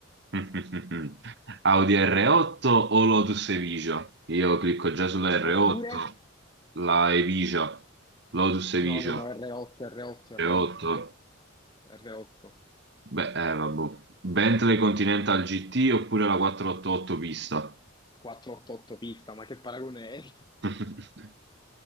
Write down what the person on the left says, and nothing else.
Oppure?
No, no, no, R8, R8,
R8, R8,
488 pista, ma che paragone è?